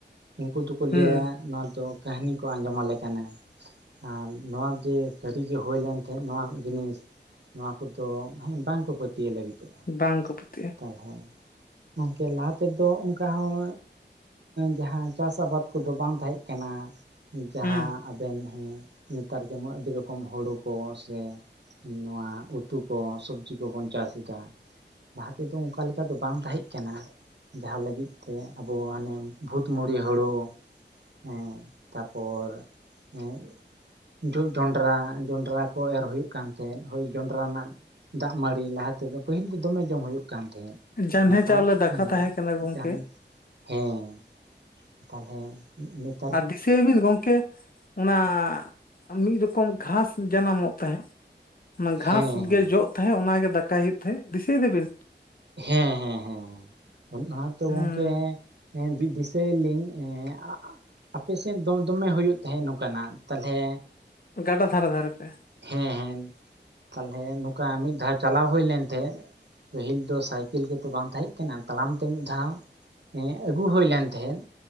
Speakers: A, on the right; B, on the left.
A: ᱩᱱᱠᱩ ᱫᱚᱠᱚ
B: ᱦᱩᱸ
A: ᱞᱟᱹᱭᱟ ᱱᱚᱣᱟ ᱫᱚ ᱠᱟᱹᱦᱱᱤ ᱠᱚ ᱟᱸᱡᱚᱢ ᱟᱞᱮ ᱠᱟᱱᱟ ᱟᱨ ᱱᱚᱣᱟ ᱡᱮ ᱥᱟᱹᱨᱤᱜᱮ ᱦᱩᱭᱞᱮᱱ ᱛᱮ ᱱᱚᱣᱟ ᱡᱤᱱᱤᱥ ᱱᱚᱣᱟ ᱠᱚᱫᱚ ᱦᱮᱸ ᱵᱟᱝᱠᱚ ᱯᱟᱹᱛᱭᱟᱹᱣ ᱞᱟᱹᱜᱤᱫᱚᱜᱼᱟ
B: ᱵᱟᱝ ᱠᱚ ᱯᱩᱛᱤᱜᱼᱟ
A: <unintelligible> ᱦᱮᱸ ᱜᱚᱝᱠᱮ ᱞᱟᱦᱟ ᱛᱮᱫᱚ ᱚᱱᱠᱟ ᱦᱚᱸᱼᱼ ᱡᱟᱦᱟᱸ ᱪᱟᱥ ᱟᱵᱟᱫ ᱠᱚᱫᱚ ᱵᱟᱝ ᱛᱟᱦᱮᱸ ᱠᱟᱱᱟ ᱡᱟᱦᱟᱸᱼ
B: ᱦᱩᱸ
A: ᱟᱵᱮᱱ ᱦᱮᱸ ᱱᱮᱛᱟᱨ ᱡᱮᱢᱚᱱ ᱟᱹᱰᱤ ᱨᱚᱠᱚᱢ ᱦᱳᱲᱳ ᱠᱚ ᱥᱮ ᱱᱚᱣᱟ ᱩᱛᱩ ᱠᱚ ᱥᱚᱵᱽᱡᱤ ᱠᱚᱵᱚᱱ ᱪᱟᱥ ᱮᱫᱟ ᱞᱟᱦᱟ ᱛᱮᱫᱚ ᱚᱱᱠᱟ ᱞᱮᱠᱟ ᱫᱚ ᱵᱟᱝ ᱛᱟᱦᱮᱸ ᱠᱟᱱᱟ ᱡᱟᱦᱟᱸ ᱞᱟᱹᱜᱤᱫ ᱛᱮ ᱟᱵᱩ ᱦᱟᱱᱮ ᱵᱷᱩᱛᱢᱚᱲᱤ ᱦᱩᱲᱩ ᱦᱮᱸ ᱛᱟᱯᱚᱨ ᱮᱸ ᱡᱚᱜ ᱡᱚᱸᱰᱨᱟ ᱡᱚᱸᱰᱨᱟ ᱠᱚ ᱮᱨ ᱦᱩᱭᱩᱜ ᱠᱟᱱ ᱛᱟᱦᱮᱸᱫ ᱦᱳᱭ ᱡᱚᱸᱰᱨᱟ ᱨᱮᱱᱟᱜ ᱫᱟᱜ ᱢᱟᱹᱲᱤ ᱞᱟᱦᱟ ᱛᱮᱫᱚ ᱯᱟᱹᱦᱤᱞ ᱫᱚ ᱫᱚᱢᱮ ᱡᱚᱢ ᱦᱩᱭᱩᱜ ᱠᱟᱱ ᱛᱟᱦᱮᱸᱫ
B: ᱡᱟᱱᱦᱮ
A: ᱱᱚᱝᱠᱟ
B: ᱪᱟᱣᱞᱮ ᱫᱟᱠᱟ
A: ᱦᱮᱸ
B: ᱛᱟᱦᱮᱸ ᱠᱟᱱᱟ ᱜᱚᱝᱠᱮ
A: ᱡᱟᱦᱟᱱᱤᱡ ᱦᱮᱸ <unintelligible> ᱛᱟᱦᱚᱞᱮ ᱱᱤᱛ
B: ᱟᱨ ᱫᱤᱥᱟᱹᱭᱟᱵᱤᱱ ᱜᱚᱝᱠᱮ ᱚᱱᱟ ᱢᱤᱫ ᱨᱚᱠᱚᱢ ᱜᱷᱟᱥ ᱡᱟᱱᱟᱢᱚᱜ ᱛᱟᱦᱮᱸᱫ ᱚᱱᱟ ᱜᱷᱟᱥ
A: ᱦᱮᱸ ᱦᱮᱸ
B: ᱜᱮ ᱡᱚᱜ ᱛᱟᱦᱮᱸᱫ ᱚ ᱜᱮ ᱫᱟᱠᱟᱭ ᱦᱩᱭᱩᱜ ᱛᱟᱦᱮᱸᱫ ᱫᱤᱥᱟᱹᱭ ᱫᱟᱵᱤᱱ?
A: ᱦᱮᱸ ᱦᱮᱸ ᱦᱮᱸ ᱚᱱᱟᱛᱚ
B: ᱦᱩᱸ
A: ᱜᱚᱝᱠᱮ ᱦᱮᱸ ᱫᱤᱥᱟᱹᱭᱟᱞᱤᱧ <unintelligible> ᱟᱯᱮᱥᱮᱫ ᱫᱚ ᱫᱚᱢᱮ ᱦᱩᱭᱩᱜ ᱛᱟᱦᱮᱸᱫ ᱱᱚᱝᱠᱟᱱᱟᱜ ᱛᱟᱦᱚᱞᱮ
B: ᱜᱟᱰᱟ ᱫᱷᱟᱨᱮ ᱫᱷᱟᱨᱮ ᱛᱮ᱾
A: ᱦᱮᱸ ᱦᱮᱸ ᱛᱟᱦᱞᱮ ᱱᱚᱝᱠᱟ ᱢᱤᱫ ᱫᱷᱟᱣ ᱪᱟᱞᱟᱣ ᱦᱩᱭ ᱞᱮᱱ ᱛᱟᱦᱮᱸ ᱯᱟᱹᱦᱤᱞ ᱫᱚ ᱥᱟᱭᱠᱮᱞ ᱠᱚᱛᱚ ᱵᱟᱝ ᱛᱟᱦᱮᱸ ᱠᱟᱱᱟ ᱛᱟᱲᱟᱢ ᱛᱮ ᱢᱤᱫ ᱫᱷᱟᱣ ᱟᱹᱜᱩ ᱦᱩᱭ ᱞᱮᱱ ᱛᱟᱦᱮᱸᱫ